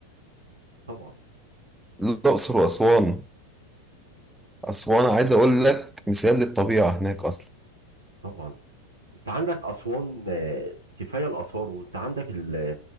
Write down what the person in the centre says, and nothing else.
الأقصر وأسوان أسوان عايز أقول لك مثال للطبيعة هناك أصلا